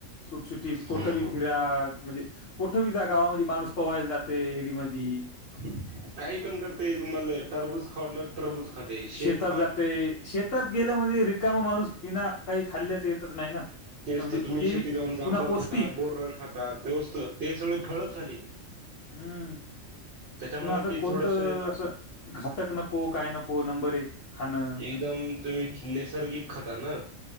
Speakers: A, on the left; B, on the right.
A: सुटसुटीत
B: हम्म
A: कोठं बी फिरा म्हणजे कुठे भी जा गावामध्ये माणूस पोहायला जाते. विहिरीमध्ये
B: <unintelligible> काही पण करते. तुम्हाला टरबूज खाऊ वाटलं टरबूज खाते शेप
A: शेतात
B: खाट
A: जाते शेतात गेलं म्हणजे रिकामा माणूस बिना काही खाल्ल्याच येतच नाही. ना
B: तेच
A: म्हणजे
B: तर तुम्ही
A: ते
B: शेती
A: बी
B: जाऊन जांभळ
A: पुन्हा पौष्टिक
B: खाता बोर्र खाता तेच ते सगळे फळच झाले.
A: हम्म
B: त्याच्यामुळे
A: पण असं
B: कि
A: कोणतं
B: थोडस
A: असं घातक नको काय नको नंबर एक खाणं
B: एकदम तुम्ही नैसर्गिक खाता ना